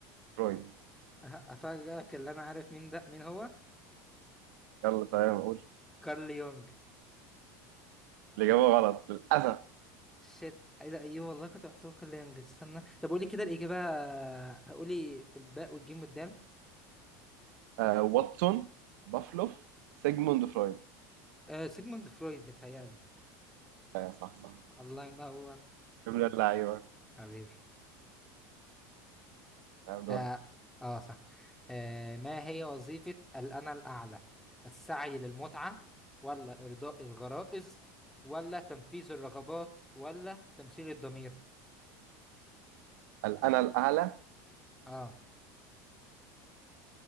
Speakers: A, on the right (about 80°); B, in the centre.
A: فرويد
B: أه- أفاجئك اللي أنا عارف مين ده مين هو
A: يلا تمام قول
B: كارل يونج
A: الإجابة غلط للأسف
B: شيت ايه ده ايوه والله كنت بحسبه كارل يونج استنى طب قولي كده الإجابة قولي الباء والجيم والدال
A: آه واتسون بافلوف سيجموند فرويد
B: آه سيجموند فرويد متهيألي
A: آه صح صح
B: الله ينور
A: يا ابن اللعيبة
B: حبيبي
A: تمام دورك
B: اه, آه صح آه ما هي وظيفة الأنا الأعلى السعي للمتعة ولا إرضاء الغرائز ولا تنفيذ الرغبات ولا تمثيل الضمير
A: الأنا الأعلى
B: اه